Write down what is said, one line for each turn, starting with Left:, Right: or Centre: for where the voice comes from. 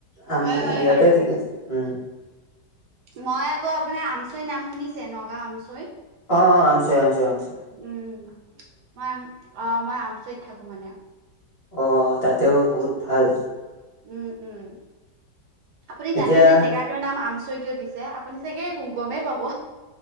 Left: আমি
Right: হয় হয়
Left: ইয়াতে
Right: বাৰু
Left: ঠিক আছোঁ। উম!
Right: মই আকৌ আপোনাৰ আমচৈ নাম শুনিছে? নগাঁও আমচৈ?
Left: অঁ-অঁ! আমচৈ-আমচৈ-আমচৈ।
Right: উম! মই অ মই আমচৈত থাকোঁ মানে।
Left: অ! তাতেও বহুত ভাল।
Right: উম-উম! আপুনি
Left: এতিয়া
Right: জানে নে জেগাত জেগাটোৰ নাম আমচৈ কিয় দিছে আপুনি চাগে গমেই পাব?